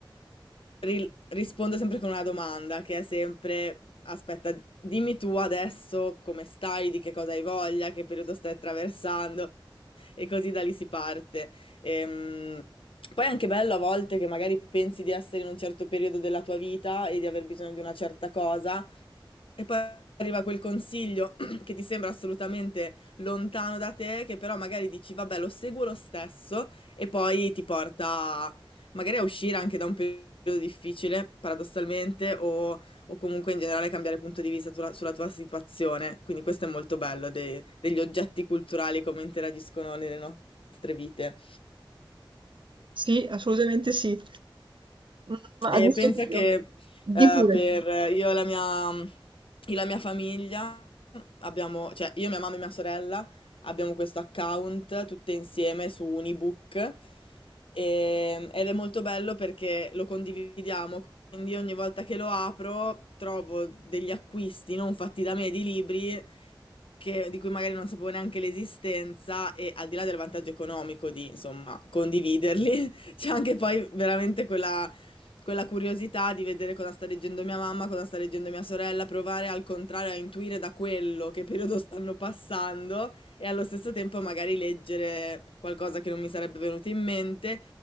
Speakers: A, on the left; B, on the right.
A: ri- rispondo sempre con una domanda che è sempre, aspetta, dimmi tu adesso come stai, di che cosa hai voglia, che periodo stai attraversando e così da lì si parte. Ehm, poi è anche bello a volte che magari pensi di essere in un certo periodo della tua vita e di aver bisogno di una certa cosa, e poi arriva quel consiglio <clears throat> che ti sembra assolutamente lontano da te, che però magari dici, vabbè, lo seguo lo stesso, e poi ti porta magari a uscire anche da un periodo difficile, paradossalmente, o o comunque in generale cambiare punto di vista tua- sulla tua situazione. Quindi questo è molto bello, de- degli oggetti culturali come interagiscono nelle nostre vite.
B: Sì, assolutamente sì. Mm, Ma
A: E
B: ad esempio,
A: pensa che eh,
B: di pure.
A: per io e la mia, io e la mia famiglia abbiamo, cioè io, mia mamma e mia sorella abbiamo questo account tutte insieme su un ebook e- ed è molto bello perché lo condividiamo, quindi ogni volta che lo apro trovo degli acquisti non fatti da me di libri che- di cui magari non sapevo neanche l'esistenza e al di là del vantaggio economico di, insomma, condividerli, <laughs> c'è anche poi veramente quella quella curiosità di vedere cosa sta leggendo mia mamma, cosa sta leggendo mia sorella, provare al contrario a intuire da quello che periodo stanno passando e allo stesso tempo magari leggere qualcosa che non mi sarebbe venuto in mente.